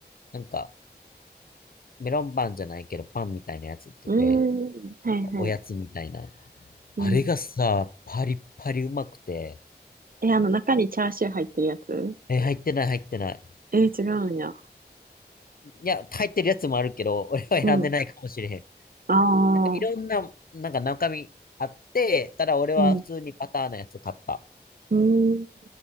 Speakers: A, on the left; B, on the right.
A: なんかメロンパンじゃないけど、パンみたいなやつ売ってて、
B: うーん。はいはい。
A: おやつみたいな。
B: うん。
A: あれがさ、パリッパリうまくて、
B: え、あの中にチャーシュー入ってるやつ
A: え、入ってない、入ってない。
B: え、違うんや。
A: いや、入ってるやつもあるけど、<laughs> 俺は選んでないかもしれへん。
B: うん。ああ。
A: なんかいろんな、なんか中身あって、ただ俺は普通にパターンのやつ買った。
B: うん。うん。